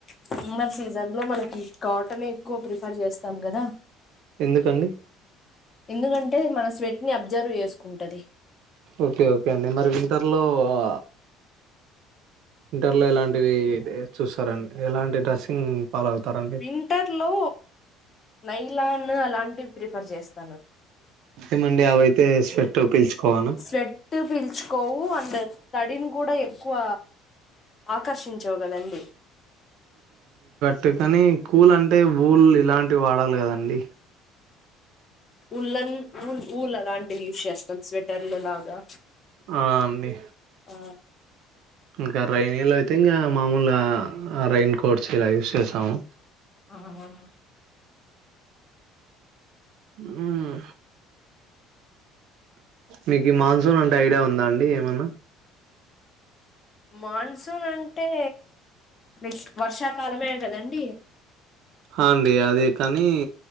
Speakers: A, on the left (about 35°); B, on the right (about 70°).
A: సమ్మర్ సీజన్ లో మనకి కాటన్ ఎక్కువ ప్రిఫర్ జేస్తాం గదా
B: ఎందుకండి
A: ఎందుకంటే మన స్వెట్ ని అబ్జర్వ్ ఏసుకుంటది
B: ఓకే ఓకే అండి మరి వింటర్లో ఆ వింటర్లో ఎలాంటివి చుస్తరండి ఎలాంటి డ్రెస్సింగ్. ఫాలో అవుతారండి
A: వింటర్ లో నైలాన్ అలాంటివ్ ప్రిఫర్ చేస్త
B: ఏమండి అవైతే స్వెట్ పీల్చుకోవానా
A: స్వెట్ పీల్చుకోవు అండ్ దెన్ తడిను కూడా ఎక్కువ ఆకర్షించవు కదండి
B: టు కాని కూల్ అంటే ఊల్ ఇలాంటివి వాడాలి కదండి
A: వులెన్ వూల్ వూల్ అలాంటివి యూస్ చేస్తాం స్వెటర్లు లాగా
B: ఆ అండి
A: ఆ
B: ఇంకా రైన్ లో అయితే ఇంకా మామూలు రైయిన్ కోట్స్ ఇలా యూస్ చేస్తాము
A: ఆహా
B: హుమ్ మీకు ఈ మాన్సూన్ అంటే ఐడియా ఉందా అండి ఏమన్నా
A: మాన్సూన్ అంటే విక్స్డ్ వర్షాకాలమే కదండి
B: అ అండి అదే కానీ